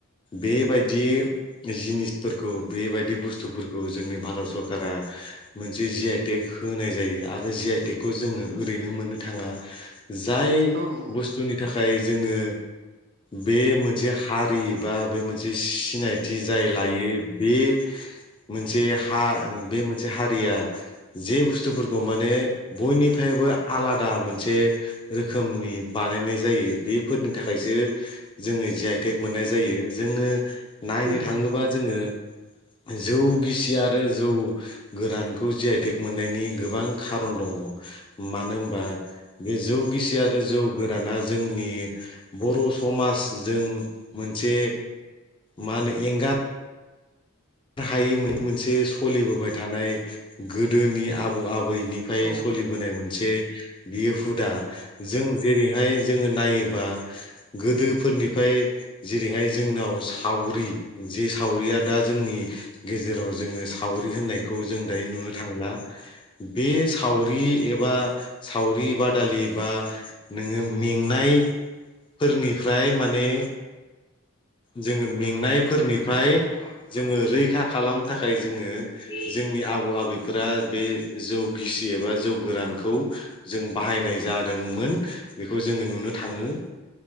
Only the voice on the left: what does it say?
बेबायदि जिनिसफोरखौ बेबायदि बुस्थुफोरखौ जोंनि भारत सरकारा मोनसे जि आइटेक होनाय जायो आरो जि आइ टेकखौ जोङो ओरैनो मोननो थाङा जाय
बुस्थुनि थाखाय थाखाय जोङो बे मोनसे हारि बा बे मोनसे सिनायथि जाय लायो बे मोनसे हा आ बे मोनसे हारिया जे बुस्थुफोरखौ माने बयनिफ्रायबो आलादा मोनसे रोखोमनि बानायनाय जायो बेफोरनि थाखायसो जोङो ज आइटेक मोननाय जायो जोङो नायनो थाङोबा
जोङो जौ गिसि आरो जौ गोरानखौ जि आइटेक मोननायनि गोबां खारन दङ मानो होनबा बे जौ गिसि आरो जौ गोराना जोंनि बर' समाजजों मोनसे मा होनो एंगार हायि मोननि मोनसे सोलिबोबाय थानाय गोदोनि आबै आबौ बैनिफ्राय
सोलिबोनाय मोनसे बियो हुदा जों जेरैहाय जोङो नायोबा गोदोफोरनिफ्राय जेरैहाय जोंनाव साव सावरि जे सावरिया दा जोंनि गेजेराव जोङो सावरि होननायखौ जों दायो नुनो थांला बे सावरि बे एबा सावरि बादालि बा नोङो मेंनाय फोरनिफ्राय माने जोङो मेंनायफोरनिफ्राय जोङो रैखा खालामनो थाखाय जोङो जोंनि आबौ आबैफोरा बे जौगिसि एबा जौ गोरानखौ जों बाहायनाय जादोंमोन बे जोङो नुनो थाङो